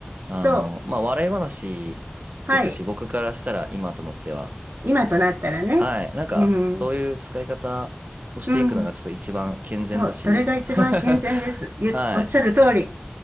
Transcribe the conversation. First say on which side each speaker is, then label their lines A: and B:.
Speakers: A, on the right; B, on the right.
A: あの、
B: そう。
A: まあ笑い話ですし、
B: はい。
A: 僕からしたら今となっては、
B: 今となったらね。
A: はい。なんかそういう使い方をしていくのがちょっと一番健全だし、
B: うん。うん。そう。それが一番健全です。
A: <laughs>
B: ゆ、
A: はい。
B: おっしゃる通り。